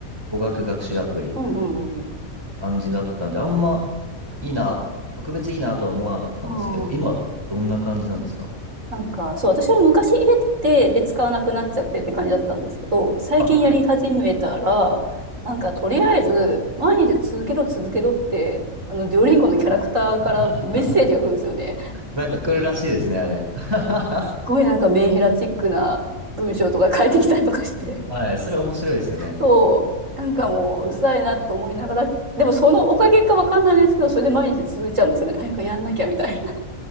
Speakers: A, on the right (about 15°); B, on the right (about 65°).
A: 語学学習アプリみたいな
B: うんうんうんうん。
A: 感じだったんで、あんまいいな、特別いいなとは思わなかったんですけど、
B: ああ
A: 今、どんな感じなんですか
B: なんか、そう、私は昔入れてて、で、使わなくなっちゃってって感じだったんですけど、最近やり始めたら、
A: あ、はい。
B: なんか、とりあえず、毎日続けろ続けろって、あの、デュオリンゴのキャラクターからメッセージが来るんですよね。
A: <laughs> なんか来るらしいですね、あれ。<laughs>
B: すごいなんかメンヘラチックな文章とか書いてきたりとかして。
A: はい、それ面白いですよね。
B: そう、なんかもううるさいなと思いながら、でもそのおかげかわかんないですけど、それで毎日続いちゃうんですよね。早くやんなきゃみたいな。